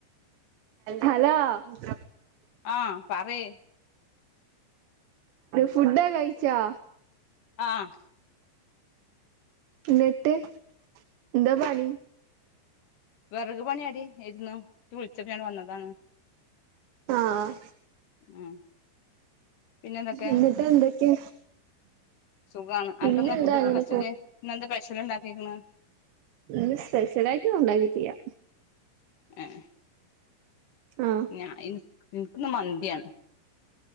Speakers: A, on the right; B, on the left.
A: ഹലോ <unintelligible>
B: ആഹ് പറയ്
A: ഫുടൊക്കെ കഴിച്ചോ
B: ആഹ്
A: നിട്ട് എന്താ പണി
B: വെറക് പണിയാടി ഏര്ന്നു ഇജ്ജ് വിളിച്ചപ്പോ ഞാന് വന്നതാണ്
A: ആഹ്
B: ഉം പിന്നെ എന്തൊക്കെ
A: എന്നിട്ട് എന്തൊക്കെ.
B: സുഖാണ്
A: പിന്നെന്താ
B: അൻക്ക്ന്താ ഫുഡ്ക്ക്
A: അങ്ങനെ
B: പശ്യല് ഇന്നെന്താ പശ്യല് ണ്ടാക്കിക്കണ്
A: ഇന്ന്സ്പെഷലായിട്ട് ഒന്നും ഉണ്ടാക്കിട്ടില്ലാ
B: ഏഹ്
A: ആഹ്
B: ഞ ഇൻക്ക് ഇൻക്കിന്ന് മന്തിയാണ്.